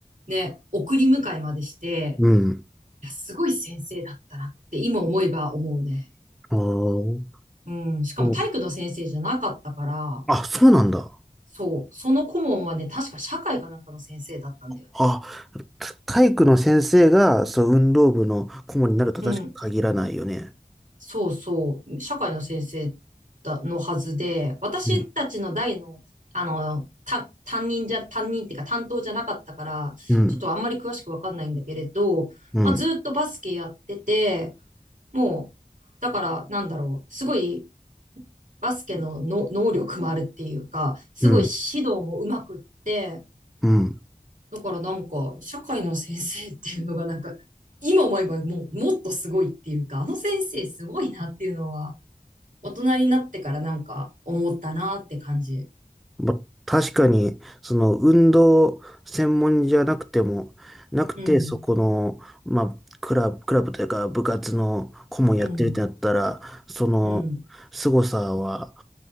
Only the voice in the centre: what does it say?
うん。
ああ
そう。あ、そうなんだ。
あ、体育の先生が、そう、運動部の顧問になると確かに限らないよね。
うん、
うん、
うん、
うん、うん。
ま、確かに、その、運動専門じゃなくても、なくて、
そこの、まあ、クラブ、クラブというか、部活の顧問やってるってなったら、
その、
凄さは、